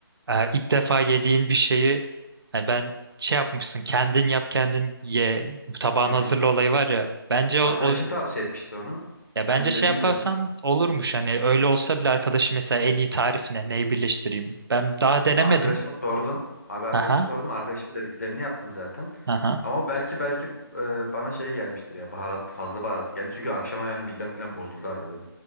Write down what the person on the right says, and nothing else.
Ee, ilk defa yediğin bir şeyi yani ben şey yapmışsın kendin yap kendin ye tabağını
hazırla olayı var ya bence
o, o-
ya bence
şey
yaparsan
olurmuş hani öyle olsa bile arkadaşı mesela en iyi tarif ne neyi birleştireyim ben daha denemedim
aha
aha